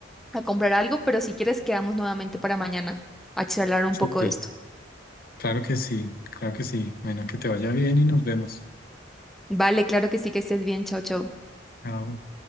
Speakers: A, in the centre; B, on the left.
A: a comprar algo, pero si quieres, quedamos nuevamente para mañana a charlar un
B: súper,
A: poco de esto.
B: claro que sí, claro que sí. Bueno, que te vaya bien y nos vemos.
A: Vale, claro que sí, que estés bien. chao chao
B: Chao.